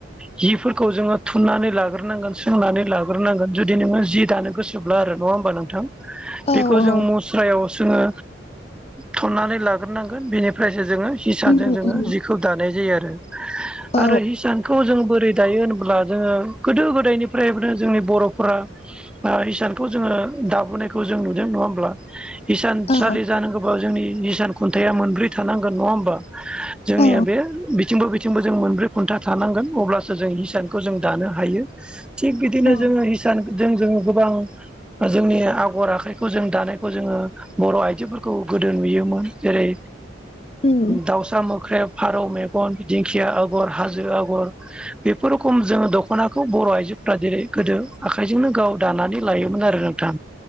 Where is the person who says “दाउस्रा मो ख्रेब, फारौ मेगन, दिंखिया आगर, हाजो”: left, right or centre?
Centre